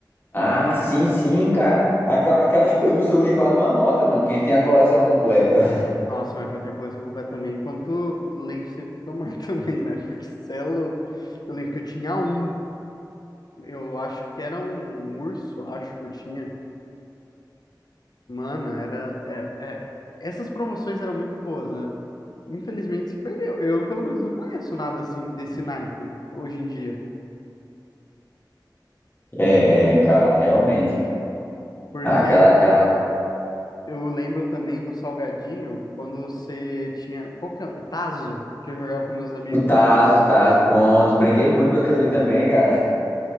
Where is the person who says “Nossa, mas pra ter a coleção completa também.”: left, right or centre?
Left